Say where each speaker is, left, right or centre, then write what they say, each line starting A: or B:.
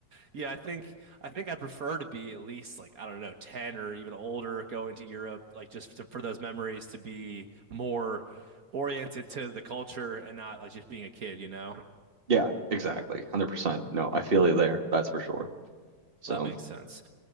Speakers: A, on the right; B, on the right.
A: Yeah, I think I think I prefer to be at least like I don't know, 10 or even older going to Europe like just to, for those memories to be more oriented to the culture and not like just being a kid, you know?
B: Yeah, exactly. 100%. No, I feel you there. That's for sure. So,
A: That makes sense.